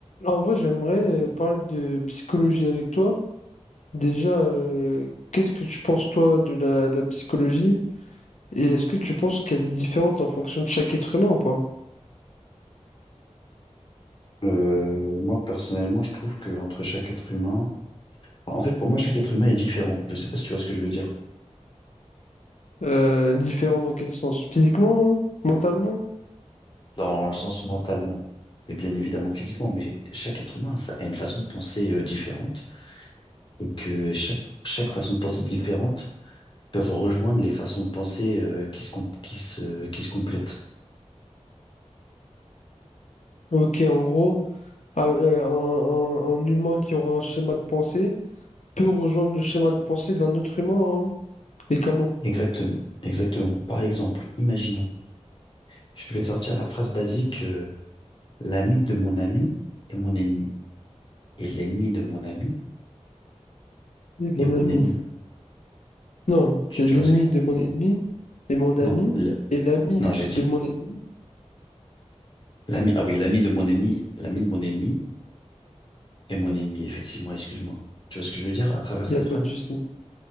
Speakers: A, on the left; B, on the left.
A: En vrai, j'aimerais euh, parler de psychologie avec toi. Déjà, euh, qu'est-ce que tu penses, toi, de la, de la psychologie? Et est-ce que tu penses qu'elle est différente en fonction de chaque être humain ou pas?
B: Euh, moi, personnellement, je trouve que entre chaque être humain, enfin, en fait, pour moi, chaque être humain est différent. Je sais pas si tu vois ce que je veux dire,
A: Euh, différente dans quel sens? Physiquement? hein? Mentalement?
B: dans le sens mentalement, et bien évidemment physiquement, mais chaque être humain ça, a une façon de penser euh, différente, et que chaque, chaque façon de penser différente peuvent rejoindre les façons de penser euh, qui se, com- qui se, qui se complètent.
A: Ok, en gros, ah, euh, un, un- un humain qui aura un schéma de pensée peut rejoindre le schéma de pensée d'un autre humain. hein. Et comment?
B: Exactement, exactement. Par exemple, imaginons, je vais sortir la phrase basique, euh, l'ami de mon ami est mon ennemi, et l'ennemi de mon ami
A: Oui, Mon
B: est mon
A: ami.
B: ennemi.
A: Non,
B: Tu,
A: t'es
B: tu
A: l'ennemi
B: vois ce que,
A: de mon ennemi et mon ami
B: Non, le-
A: est l'ami
B: non, j'ai dit
A: de mon ennemi.
B: l'ami. Ah oui, l'ami de mon ennemi, l'ami de mon ennemi est mon ennemi, effectivement, excuse-moi. Tu vois ce que je veux dire à
A: Il
B: travers cette
A: n'y a pas
B: phrase?
A: de souci.